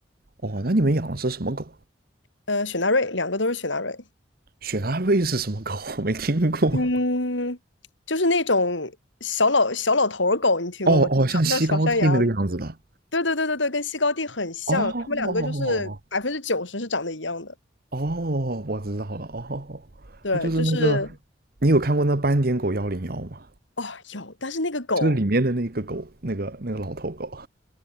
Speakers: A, on the right (about 50°); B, on the left (about 80°).
A: 哦，那你们养的是什么狗？
B: 呃，雪纳瑞，两个都是雪纳瑞。
A: 雪纳瑞是什么狗？我没听过。
B: 嗯，就是那种小老小老头儿狗，你听过吗？
A: 哦哦，像西高地那个样子的。
B: 长得像小山羊。对对对对对，跟西高地很像，
A: 哦
B: 他们两个就是百分之九十是长得一样的。
A: 哦，我知道了。哦，
B: 对，
A: 它就是那个，
B: 就是
A: 你有看过那斑点狗幺零幺吗？
B: 哦，有，但是那个狗，
A: 就是里面的那个狗，那个那个老头狗。